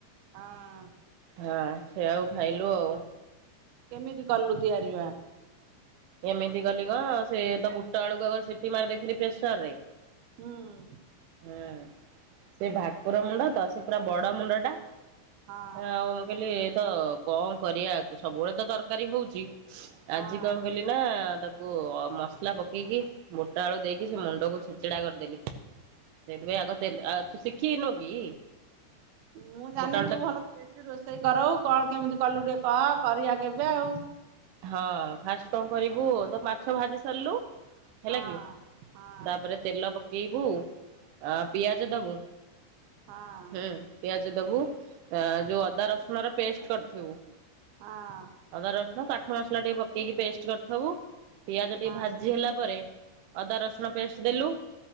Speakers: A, on the right; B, on the right.
A: ହଁ
B: ହଁ ସେଇଆକୁ ଖାଇଲୁ ଆଉ।
A: କେମିତି କଲୁ ତିଆରି ବା?
B: କେମିତି କଲି କଣ। ସେ ତ ବୁଟ ଆଳୁକୁ ଆଗ ସିଟି ମାରି ଦେଇଥିଲି ପ୍ରେସରରେ।
A: ହୁଁ
B: ହୁଁ ସେ ଭାକୁର ମୁଣ୍ଡ ତା ସେ ପୁରା ବଡ ମୁଣ୍ଡଟା।
A: ହଁ
B: ଆ ଆଉ ମୁଁ କହିଲି ଏ ତ କଣ କରିବା ସବୁବେଳେ ତ ତରକାରୀ ହଉଛି।
A: ହଁ
B: ଆଜି କଣ କଲି ନା ତାକୁ ମସଲା ପକେଇକି ବୁଟ ଆଳୁ ଦେଇକି ସେ ମଣ୍ଡକୁ ଛେଚଡ଼ା କରିଦେଲି। ସେଥିପାଇଁ ଆଗତେ ଆ ତୁ ସିଖିନୁ କି?
A: ମୁଁ ଜାଣିନି
B: ବୁଟ ଆଳୁଟା
A: ତୁ ଭଲଠୁ ରୋଷେଇ କରଉ କଣ କେମିତି କଲୁ ଟିକେ କହ କରିବା କେବେ ଆଉ।
B: ହଁ ଫାଷ୍ଟ କଣ କରିବୁ ତ ମାଛ ଭାଜି ସାରିଲୁ। ହେଲା
A: ହଁ
B: କି
A: ହଁ
B: ତାପରେ ତେଲ ପକେଇବୁ ଆ ପିଆଜ ଦବୁ।
A: ହଁ
B: ହୁଁ ପିଆଜ ଦବୁ ଯୋଉ ଅଦା ରସୁଣ ର ପେଷ୍ଟ କରିଥିବୁ
A: ହଁ
B: ଅଦା ରସୁଣ କାଠ ମସଲା ଟିକେ ପକେଇକି ପେଷ୍ଟ କରିଥବୁ ପିଆଜ ଟିକେ
A: ହଁ
B: ଭାଜି ହେଲା ପରେ ଅଦା ରସୁଣ ପେଷ୍ଟ ଦେଲୁ